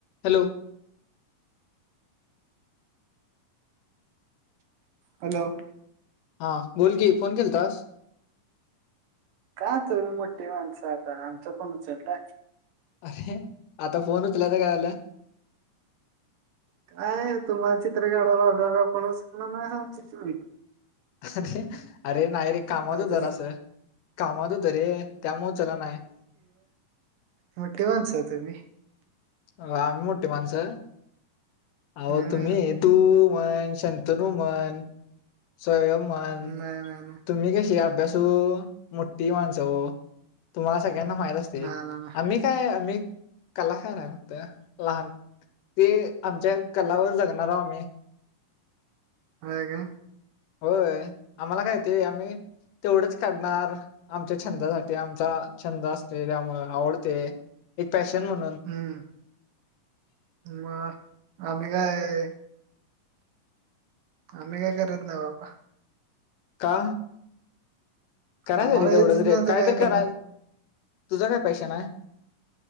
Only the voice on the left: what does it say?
hello
हा बोल की फोन केल तस
अरे आता फोन उचलाता कायला
अरे अरे नाही रे कामात
जरास कामाात त रे त्यामुळे चला ना
अ आम्ही मोठी माणसं आह
तुम्ही तू श तनुमान स्वयंण
तुम्ही कशी अभ्यासू मुठठी माणस सो तुम्हाला सगळ्यांना माहित असते
आम्ही काय आहे आम्ही कलाकार आहे लहान ते आमच्या कलावर जगणार आह आम्ही
होय आम्हाला कायती आम्ही तेवढंच काढणार आमच्या छंदासाठी आम छंद असतेिमु आवडते पॅशन म्हणून
का कराच
रे
तेवढं त
रे
कायतरी
करा तुझं काय पॅशन आहे